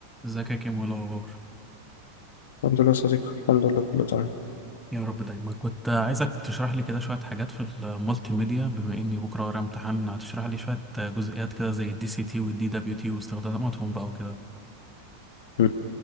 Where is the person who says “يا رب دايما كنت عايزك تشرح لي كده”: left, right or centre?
Centre